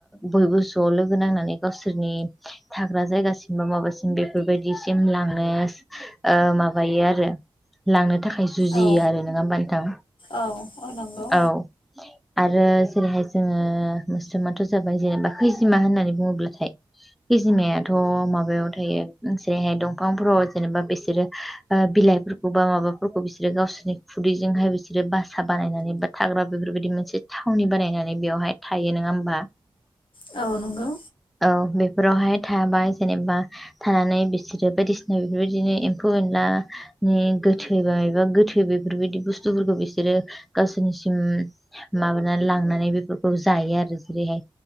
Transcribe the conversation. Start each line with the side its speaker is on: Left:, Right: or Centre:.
Centre: बयबो ज' लोगो नांनानै गावसोरनि थाग्रा जायगासिम बा माबासिम बेफोरबायदिसिम लांनो ओ मा बायो आरो लांनो थाखाय जुजियो
Left: औ
Centre: आरो, नङा होमबा नोंथां?
Left: औ औ नंगौ
Centre: औ आरो जेरैहाय जोङो मोस्रोमाथ' जाबाय जेनेबा खैजिमा होननानै बुङोब्लाथाय खैजिमायाथ' माबायाव थायो जेरैहाय दंफांफोराव जेनेबा बिसोरो ओ बिलाइफोरखौ बा माबाफोरखौ बिसोरो गावसोरनि खुदैजोंहाय बिसोरो बासा बानायनानै बा थाग्रा बे फोर बायदि मोनसे थावनि बानायनानै बेयावहाय थायो, नङा होमबा?
Left: औ औ नंगौ
Centre: औ बे फोरावहाय थाबा जेनेबा थानानै बिसोरो बायदिसिना बेफोरबायदिनो एम्फौ एनला नि गोथै बा एबा गोथै बेफोरबायदि बुस्थुफोरखौ बिसोरो गावसोरनिसिम माबानानै लांनानै बेफोरखौ जायो आरो जेरैहाय